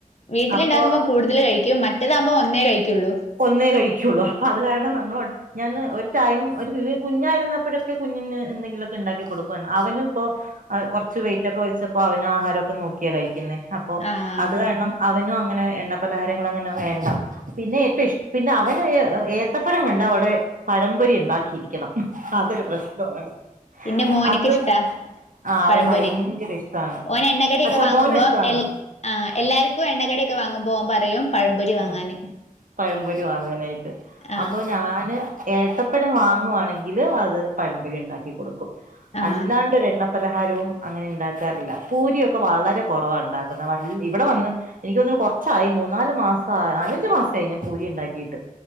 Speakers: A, on the left (about 50°); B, on the right (about 65°).
A: വീട്ടിലുണ്ടാക്കുമ്പോൾ
B: അപ്പൊ
A: കൂടുതൽ കഴിക്കും മറ്റേതാകുമ്പോൾ ഒന്നേ കഴിക്കുള്ളൂ
B: ഒന്നേ കഴിക്കുള്ളൂ അപ്പൊ അത് കാരണം നമ്മൾ ഞാന് ഒരു ടൈം ഒരു വിവേ കുഞ്ഞായിരുന്നപ്പോഴൊക്കെ കുഞ്ഞിന് എന്തെങ്കിലുക്കെ ഇ ണ്ടാക്കി കൊടുക്കുവാര്ന്ന് അവനും ഇപ്പോ ആ കൊറച്ച് വെയിറ്റ് ഒക്കെ വെച്ചപ്പോ അവനആഹാരംക്കെ നോക്കിയാ കഴിക്കുന്നേ അപ്പോ
A: ആഹ്
B: അത് കാരണം അവനും അങ്ങനെ എണ്ണ പലഹാരങ്ങളും അങ്ങനെെ വേണ്ട പിന്നെ പിന്നെ അവന് ഏത്തപ്പഴം കണ്ട ഓടെ പഴംപൊരി ഇ- ണ്ടാക്കിയിരിക്കണം. അതൊരു പ്രശ്നമാണ്
A: പിന്നെ മോനക്ക്
B: അത്
A: ഇഷ്ടാ
B: ആ അവന്
A: പഴംപൊരി
B: ഭയങ്കര ഇഷ്ടാണ്
A: ഓനഎണ്ണകടിക്കെ
B: അച്ഛാ
A: വാങ്ങുമ്പോ
B: മോന് ഇഷ്ടാണ്
A: എ ആ എല്ലാവർക്കും എണ്ണ കടിയോ ക്കെ വാങ്ങ്മ്പോ ഓൻ പറയും. പഴംപൊരി വാങ്ങാന്
B: ആ പഴംപൊരി വാങ്ങാനായിട്ട്
A: ആഹ്
B: അപ്പൊ ഞാന് ഏത്തപ്പഴം വാങ്ങുവാണെങ്കില് അത് പഴംപൊരി ഉണ്ടാക്കി കൊടുക്കും
A: ആഹ്
B: അല്ലാണ്ട് എണ്ണ പലഹാരവും അങ്ങനെ ഇ ണ്ടാക്കാറില്ല പൂരിയൊക്കെ വളരെ കൊറവ ഇണ്ടാക്കുന്ന വ ഇവിടെ വന്ന് എനിക്ക് തോന്നുന്നു കൊറച്ചായി മൂന്നാല് മാസഅ നാലഞ്ചു മാസായി ഞാൻ പൂരി ഉണ്ടാക്കിയിട്ട്